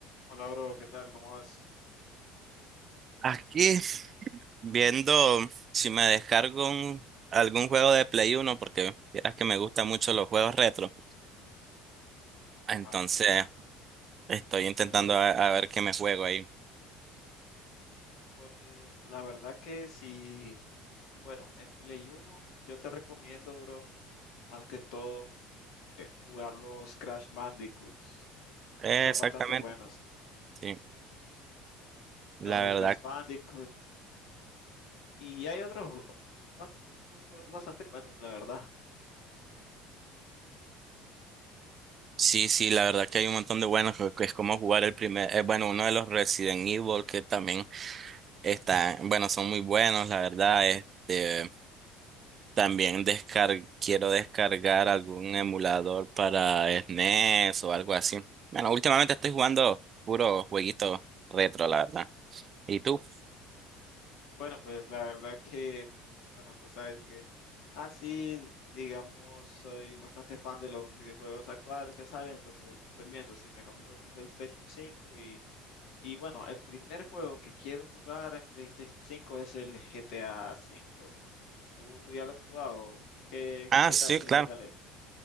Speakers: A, on the left; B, on the right.
A: Hola, bro, ¿qué tal? ¿Cómo vas?
B: Aquí viendo si me descargo un- algún juego de Play Uno porque vieras que me gustan mucho los juegos retro. Entonces
A: Ah, sí, claro.
B: estoy intentando
A: Los,
B: a, a ver qué me juego ahí.
A: pues la verdad que sí, bueno, en Play uno yo te recomiendo, bro, más que todo jugar los Crash Bandicoots.
B: Eh,
A: Son
B: Exactamente.
A: bastante buenos.
B: Sí,
A: Los
B: la verdad.
A: Crash Bandicoots. Y hay otros, ju- ot- bast- otros juegos bastante buenos, la verdad.
B: Sí, sí, la verdad que hay un montón de buenos que que es como jugar el primer, eh, bueno, uno de los Resident Evil que también está, bueno, son muy buenos, la verdad. Este, También descar quiero descargar algún emulador para SNES o algo así. Bueno, últimamente estoy jugando puro jueguito retro, la verdad. ¿Y tú?
A: Bueno, pues la verdad que, bueno, tú sabes que así, digamos, soy bastante fan de los videojuegos actuales que salen, entonces estoy viendo si me compro un PlayStation cinco y Y bueno, el primer juego que quiero jugar en PlayStation cinco es el GTA cinco ¿Tú, tú ya lo has jugado? ¿Qué,
B: Ah,
A: qué
B: sí,
A: tal,
B: claro.
A: qué tal es?